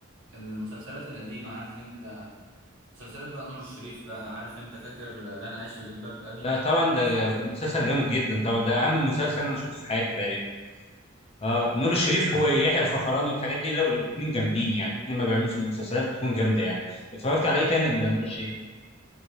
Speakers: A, on the right (about 70°); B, on the left (about 30°).
A: المسلسلات القديمة عارف أنت مسلسلات بقى نور الشريف بقى عارف أنت فاكر لن أعيش في جلباب أبي
B: ده طبعا ده
A: وفاطمة كلها
B: مسلسل جامد جدا طبعا ده اهم مسلسل انا شفته في حياتي تقريبا اه نور
A: بجد
B: الشريف
A: طب
B: ويحيى
A: ما
B: الفخراني والحاجات دي لو الاثنين جامدين يعني الاثنين ما بيعملوا مسلسلات بتكون جامده يعني اتفرجت عليه تاني لنور الشريف